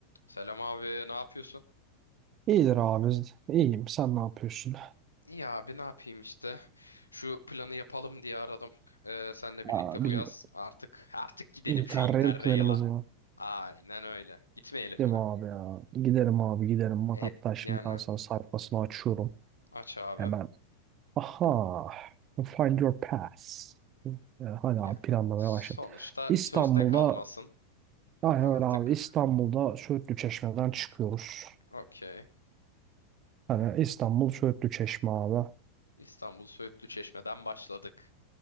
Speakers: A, on the left; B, on the right.
A: Selam abi, ne yapıyorsun?
B: İyidir abi. İyiyim. Sen ne yapıyorsun?
A: İyi abi, ne yapayım işte. Şu planı yapalım diye aradım. Ee, senle birlikte
B: Aa,
A: bu
B: bizim
A: yaz artık artık gidelim
B: Interrail
A: şu Interrail'a.
B: planımız var.
A: Aynen öyle. Gitmeyelim
B: Değil
A: mi?
B: mi abi ya? Giderim abi giderim. Bak
A: Hep
B: hatta şimdi
A: yani
B: ben sana sayfasını açıyorum.
A: aç abi.
B: Hemen. Aha. Find your pass. Ee, hadi
A: Ya
B: abi planlamaya
A: sonuçta
B: başladım. İstanbul'da
A: sözde kalmasın.
B: aynen
A: Artık
B: öyle abi. İstanbul'da Söğütlü Çeşme'den çıkıyoruz.
A: okey.
B: Hani İstanbul Söğütlü Çeşme abi.
A: İstanbul Söğütlü Çeşme'den başladık.